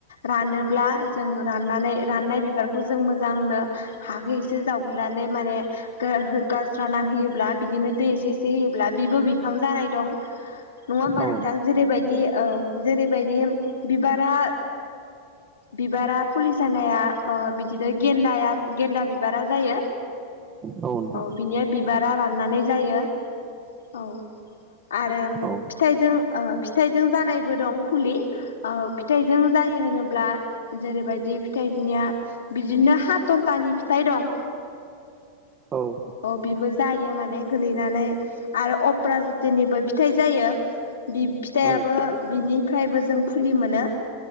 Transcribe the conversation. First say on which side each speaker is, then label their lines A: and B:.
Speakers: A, on the left; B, on the right.
A: रानोब्ला जों राननानै राननाय बिबारखौ जों मोजांनो। हा एसे जावग्लिनानै माने गस्राना होयोब्ला बिदिनो दै एसे एसे होयोब्ला बिब' बिफां जानाय दं नङा होमबा
B: औ
A: नोंथां जेरैबायदि औ। जेरैबायदि बिबारा बिबारा फुलि जानाया ओ बिदिनो गेन्दाया गेन्दा बिबारा जायो।
B: नोंथां
A: अ' बिनि बिबारा राननानै जायो। औ आरो
B: औ
A: फिथाइजों ओ फिथाइजों जानायबो दं फुलि औ फिथाइजों जायो होनोब्ला जेरैबायदि फिथाइनिया बिदिनो हा न्थानि फिथाइ दं
B: औ
A: अ बिबो जायो माने गोलैनानै आरो अप्रा जेतनिबो फिथाइ जायो बि फिथाइाबो
B: औ
A: बिनिफ्रायबो जों फुलि मोनो